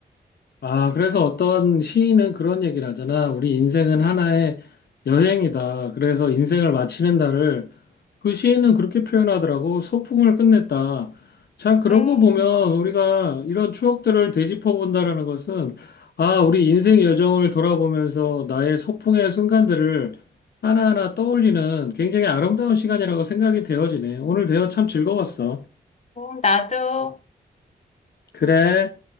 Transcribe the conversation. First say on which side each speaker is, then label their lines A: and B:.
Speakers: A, on the left (about 65°); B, on the left (about 40°).
A: 아, 그래서 어떤 시인은 그런 얘기를 하잖아. 우리 인생은 하나의 여행이다. 그래서 인생을 마치는 날을 그 시인은 그렇게 표현하더라고. 소풍을 끝냈다. 참 그런
B: 음,
A: 거 보면 우리가 이런 추억들을 되짚어 본다라는 것은 아, 우리 인생 여정을 돌아보면서 나의 소풍의 순간들을 하나하나 떠올리는 굉장히 아름다운 시간이라고 생각이 되어지네. 오늘 대화 참 즐거웠어.
B: 음, 나도.
A: 그래.